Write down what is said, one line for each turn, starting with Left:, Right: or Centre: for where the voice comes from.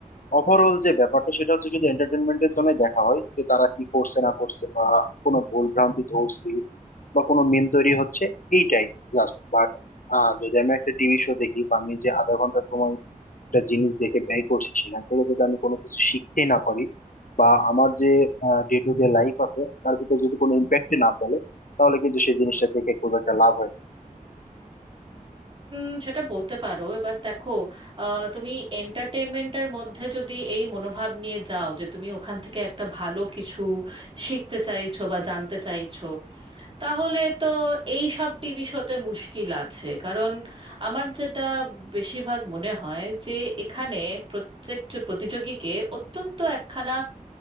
Left: ওভারঅল যে ব্যাপারটা সেটা হচ্ছে যদি এন্টারটেনমেন্টের জন্য দেখা হয় যে তারা কি করছে না করছে বা কোনো ভুল ভ্রান্তি ধরছি বা কোনো মিম তৈরি হচ্ছে এইটাই জাস্ট বাট যদি আমি একটা টিভি শো দেখি বা আমি যে আধা ঘন্টা সময় একটা জিনিস দেখে ব্যয় করছি সেখান থেকে যদি আমি কোনো কিছু শিখতে না পারি বা আমার যে ডে টু ডে লাইফ আছে তার ভিতরে যদি কোনো ইম্প্যাক্ট না ফেলে তাহলে কিন্তু সেই জিনিসটা দেখে খুব একটা লাভ হয় না
Right: উম, সেটা বলতে পারো এবার দেখো আহ, তুমি এন্টারটেনমেন্টের মধ্যে যদি এই মনোভাব নিয়ে যাও যে তুমি ওখান থেকে একটা ভালো কিছু শিখতে চাইছো বা জানতে চাইছো তাহলে তো এই সব টিভি শোতে মুশকিল আছে কারণ আমার যেটা বেশিরভাগ মনে হয় যে এখানে প্রত্যেক যে প্রতিযোগীকে অত্যন্ত একখানা